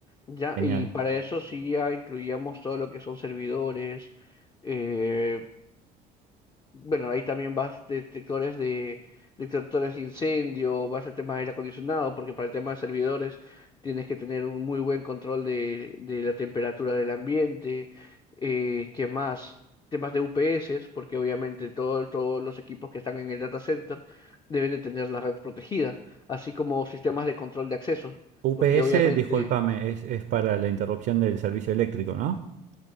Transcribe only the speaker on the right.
Genial.
UPS,
discúlpame, es, es para la interrupción del servicio eléctrico, ¿no?